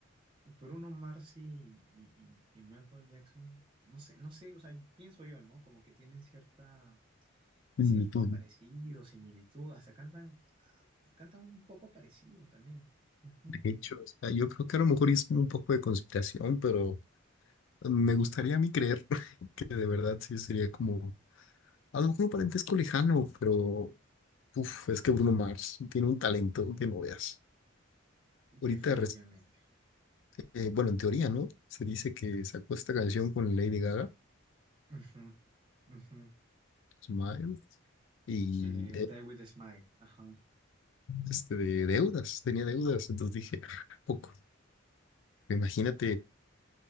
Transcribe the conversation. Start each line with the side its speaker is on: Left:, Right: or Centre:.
Right: Bruno Mars y, y- y- y Michael Jackson, no sé, no sé, o sea, yo- pienso yo, ¿no? Como que tienen cierta, cierto
Left: Magnitud.
Right: parecido, similitud, hasta cantan, ah, cantan un poco parecido también. Ujú.
Left: De hecho, o sea, yo creo que a lo mejor es como un poco de conspiración, pero me gustaría a mí creer <laughs> que de verdad sí sería como, a lo mejor un parentesco lejano, pero Uf, es que Bruno Mars tiene un talento que no veas. Ahorita,
Right: Definitivamente.
Left: reci- eh, bueno, en teoría, ¿no? Se dice que sacó esta canción con Lady Gaga,
Right: Ujú, ujú.
Left: Smile, y
Right: Eh,
Left: eh,
Right: Die with a Smile, ajá.
Left: este de deudas, tenía deudas. Entonces dije, "Ah, poco. Imagínate